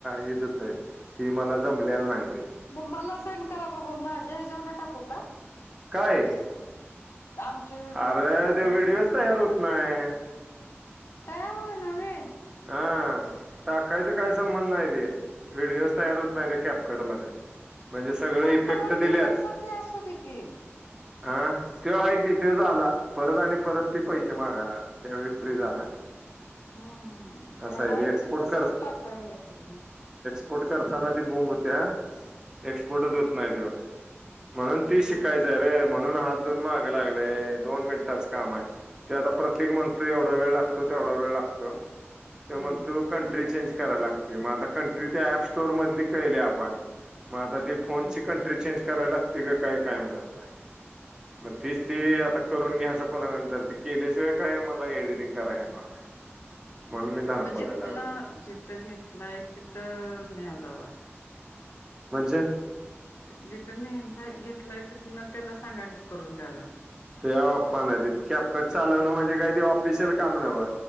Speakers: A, on the right; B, on the left.
A: हेच होतय ती मला जमलेलं नाय.
B: म मला सेंड करा बघू माझ्या हेज्यावरन टाकू का?
A: कुठं हाईस?
B: आमचे व्हिडिओ
A: आरं
B: दोघांचा
A: तो व्हिडिओच तयार होत नाय.
B: तयार होयना व्हय?
A: हा टाकायचा काही संबंध नाही ते व्हिडिओच तयार होत नाही ते कॅपकड मध्ये. म्हणजे सगळे
B: काल
A: इफेक्ट
B: परवा
A: दिल्यात
B: केलायसा ते असू दे की.
A: हा त्यो हाय की त्यो झाला.. परत आणि परत ती पैसे मागायला आलाय त्यावेळी फ्री झाला.
B: हम्म. ह
A: असं
B: ते
A: आहे
B: हाईत
A: एक्सपोर्ट
B: ते तसंच टाकाल्या तुला म
A: पोर्ट करताना ती बोम्ब हुत्या. एक्सपोर्टच होत नाही तेव्हा. म्हणून ती शिकायचाय रे म्हणून हात धुऊन माग लागलंय. दोन मिनिटांच काम आहे. ते आता प्रत्येक म्हणतो एवढा वेळ लागतो, तेवढा वेळ लागतो.
B: हम्म
A: त्यो म्हणतो कंट्री चेंज कराय लागतंय मग आता कंट्री त्या ऍप स्टोअरमधली केली आपण मग आता ते फोनची
B: हम्म
A: कंट्री चेंज कराय लागते का काय काय माहित आता. म तेच ते आता करून घ्यायचं कोणाकडून तर ते केल्याशिवाय काय मला एडिटिंग कराय येणार नाही. म्हणून मी धड
B: म्हणजे
A: पडायला लागलो.
B: ना जिथं घेतलंय तिथं <unintelligible>
A: म्हणजे
B: जिथून नेलाय घेतलाय तिथनं त्याला सांगा की करून द्यायला
A: ते <unintelligible> कॅपकट चालवणं म्हणजे काय ते ऑफिशियल काम नव्हं.